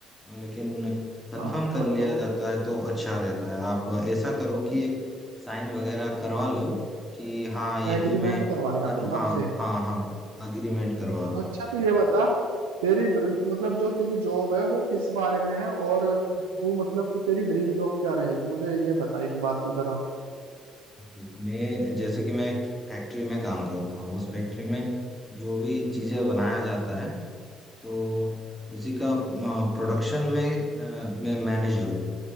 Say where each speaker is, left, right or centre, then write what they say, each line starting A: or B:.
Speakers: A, in the centre; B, on the right (about 75°).
A: लेकिन कंफर्म
B: हाँ
A: कर
B: हाँ,
A: लिया
B: तो
A: जाता है तो अच्छा रहता है आप ऐसा करो कि एक साइन वगैरह करवा लो कि हाँ यही
B: एग्रीमेंट
A: मैं
B: करवा लिया
A: कर
B: करूंगा
A: हाँ
B: आपसे
A: हाँ हाँ अग्रीमेंट करवा लो
B: अच्छा तो ये बता
A: तो
B: तेरी ड्रीम मतलब जो तेरी जॉब है वो किस बारे में है और तू मतलब कि तेरी ड्रीम जॉब क्या रहेगी मुझे ये बता एक बार तू जरा
A: जी, मैं जैसे कि मैं एक फैक्ट्री में काम करता हूँ उस फैक्ट्री में जो भी चीज़ें बनाया जाता है तो उसी का प्रोडक्शन में अ, मैं मैनेजर हूँ